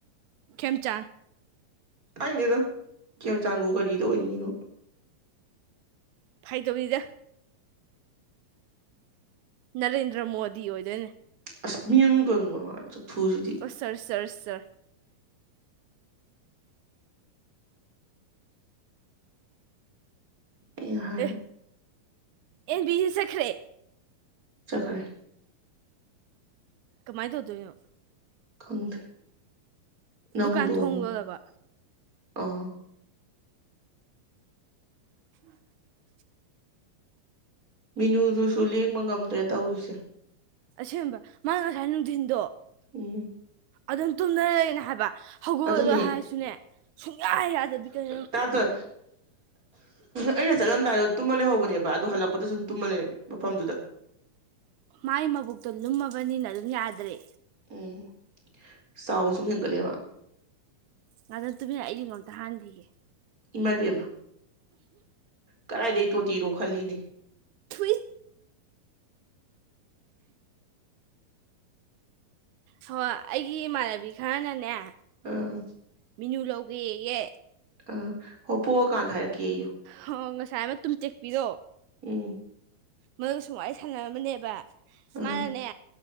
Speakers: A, on the right (about 80°); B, on the right (about 20°).
A: ꯈꯦꯝꯆꯥꯟ
B: ꯇꯅꯤꯡꯗꯦꯗ ꯈꯦꯝꯆꯥꯟꯕꯨ ꯀꯔꯤꯗ ꯑꯣꯏꯅꯤꯡꯉꯤꯅꯣ
A: ꯐꯥꯏꯗꯧꯅꯤꯗ ꯅꯔꯦꯟꯗ꯭ꯔ ꯃꯣꯗꯤ ꯑꯣꯏꯗꯣꯏꯅꯦ
B: ꯑꯁ ꯃꯤ ꯑꯃꯅꯤ ꯀꯩꯅꯣ ꯆꯥꯛꯊꯨꯁꯤꯗꯤ
A: ꯑ ꯁꯔ ꯁꯔꯔ
B: ꯑꯩꯅ ꯍꯥꯏ
A: ꯑꯦ ꯑꯦꯟ ꯕꯤꯖꯤ ꯆꯠꯈ꯭ꯔꯦ
B: ꯆꯈ꯭ꯔꯦ
A: ꯀꯃꯥꯏ ꯇꯧꯗꯣꯢꯅꯣ
B: ꯈꯪꯗ꯭ꯔꯦ ꯅꯪ
A: ꯗꯨꯀꯥꯟ
B: ꯍꯨꯟꯇꯣꯑꯝ
A: ꯊꯣꯡ ꯂꯣꯜꯂꯕ
B: ꯑꯥ
A: <unintelligible>
B: ꯃꯤꯅꯨꯗꯨꯁꯨ ꯂꯦꯡꯕ ꯉꯝꯗ꯭ꯔꯦ ꯇꯧꯔꯤꯁꯦ
A: ꯑꯁꯦꯡꯕ ꯃꯥ ꯉꯁꯥꯏ ꯅꯨꯡꯊꯤꯟꯗꯣ
B: ꯎꯝ
A: ꯑꯗꯨꯝ ꯇꯨꯝꯗꯅ ꯂꯩꯔꯤꯅꯤꯕ ꯍꯥꯏꯕ ꯍꯧꯒꯠꯂꯣ
B: ꯑꯗꯨꯅꯦ
A: ꯍꯥꯏꯔꯁꯨꯅꯦ ꯁꯨꯡꯌꯥ ꯌꯥꯗꯕꯤ ꯀꯩꯅꯣ
B: ꯇꯥꯗ ꯑꯩꯅ ꯆꯠꯂꯝꯗꯥꯏꯗ ꯇꯨꯝꯃ ꯂꯩꯍꯧꯕꯅꯦꯕ ꯑꯗꯨꯗ ꯍꯜꯂꯛꯄꯗꯁꯨ ꯁꯨꯝ ꯇꯨꯝꯃ ꯂꯩꯔꯝꯃꯦ ꯃꯐꯝꯗꯨꯗ
A: ꯃꯥꯏ ꯃꯕꯨꯛꯇꯣ ꯂꯨꯝꯃꯕꯅꯤꯅ ꯑꯗꯨꯝ ꯌꯥꯗ꯭ꯔꯦ
B: ꯎꯝ ꯆꯥꯎꯕ ꯁꯨꯝ ꯍꯦꯟꯒꯠꯂꯦꯕ
A: ꯉꯥꯛꯇ ꯇꯨꯃꯤꯟ ꯂꯩꯌꯣ ꯑꯩ ꯌꯨꯡ ꯃꯨꯛꯇ ꯍꯥꯟꯈꯤꯒꯦ
B: ꯏꯃꯥꯢꯕꯦꯝꯃ ꯀꯗꯥꯏꯗꯒꯤ ꯇꯣꯇꯤꯅꯣ ꯈꯜꯂꯤꯅꯦ
A: ꯊꯨꯏ ꯍꯣꯏ ꯑꯩꯒꯤ ꯏꯃꯥꯟꯅꯕꯤ ꯈꯔꯅꯅꯦ
B: ꯑꯥ
A: ꯃꯤꯅꯨ ꯂꯧꯒꯦꯌꯦ
B: ꯑ ꯍꯣꯏ ꯄꯣꯛꯑꯀꯥꯟꯗ ꯍꯥꯏꯔꯛꯀꯦꯌꯨ
A: ꯍꯣ ꯉꯁꯥꯏ ꯑꯃ ꯇꯨꯝ ꯇꯦꯛꯄꯤꯗꯣ
B: ꯎꯝ
A: ꯃꯗꯨ ꯁꯨꯝ ꯋꯥꯔꯤ ꯁꯥꯟꯅꯔꯝꯝꯕꯅꯦꯕ
B: ꯑ
A: ꯃꯥꯅꯅꯦ